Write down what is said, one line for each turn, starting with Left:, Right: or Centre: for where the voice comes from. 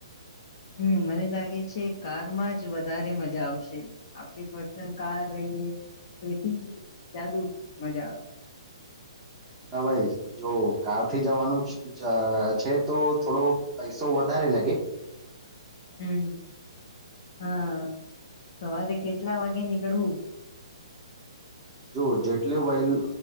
Left: હમ્મ, મને લાગે છે કારમાં જ વધારે મજા આવશે આપણી પર્સનલ કાર રહીએ તો એથી જયાદુ મજા આવે.
Right: મોટાભાઈ જો કારથી જવાનું છ ચ છે તો થોડો પૈસો વધારે લગે.
Left: હમ્મ. હા સવારે. કેટલા, વાગે નીકળવું?
Right: જો જેટલે વઈ